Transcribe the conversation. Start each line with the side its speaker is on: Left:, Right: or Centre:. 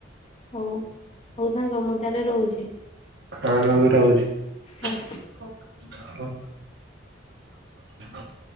Left: ହଉ ହଉ ସାଙ୍ଗ ମୁଁ ତାହେଲେ ରହୁଛି।
Right: ହଁ ମୁଁ ବି ରହୁଛି।
Left: ହଉ।
Right: <inaudible>